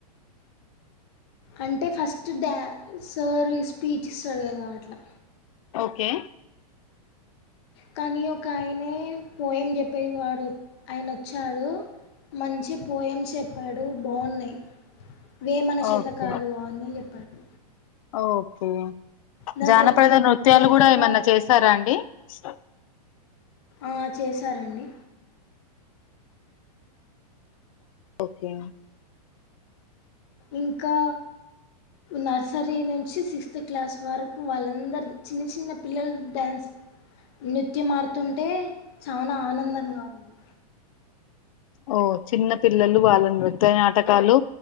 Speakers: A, on the left; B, on the left.
A: అంటే ఫస్ట్ సార్ స్పీచ్ ఇస్తాడు కదా అట్లా
B: ఓకే
A: కానీ ఒక పో చెప్పేవాడు ఆయన వచ్చాడు మంచి పోయమ్ <unintelligible> చెప్పాడు బాగున్నాయి వేమన శతకాలు
B: ఓకే
A: అని చెప్పాడు
B: ఓకే
A: దాని
B: జానపద
A: తర్
B: నృత్యాలు
A: దాని
B: కూడా
A: తర్వాత
B: ఏమన్నా చేసారా అండి స
A: ఆ చేశారండి
B: ఒకే
A: ఇంకా నర్సరీ నుంచి సిక్స్త్ క్లాస్ వరకు వాళ్ళందరు చిన్న చిన్న పిల్లలు డ్యాన్స్ నృత్యం ఆడుతుంటే చాలా ఆనందంగా ఉంది
B: ఓ చిన్న పిల్లలు వాళ్ళ నృత్య నాటకాలు